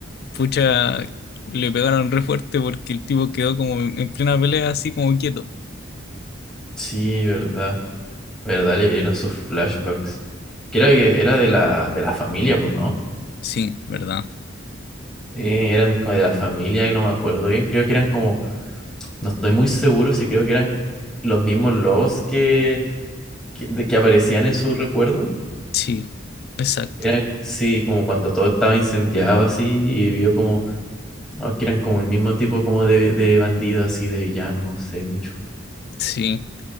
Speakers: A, on the left; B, in the centre.
A: pucha, le pegaron re fuerte porque el tipo quedó como en en plena pelea así como quieto.
B: Sí, verdad, verdad, le dieron sus flashbacks. Creo que era de la, de la familia, pues, ¿no?
A: Sí, ¿verdad?
B: Eh, eran como de la familia y no me acuerdo bien, creo que eran como No estoy muy seguro si creo que eran los mismos lobos que, que, de- que aparecían en su recuerdo.
A: Sí, exacto.
B: Eran, sí, como cuando todo estaba incendiado así y vio como ah, que eran como el mismo tipo como de, de bandido así, de villano, no sé mucho.
A: Sí.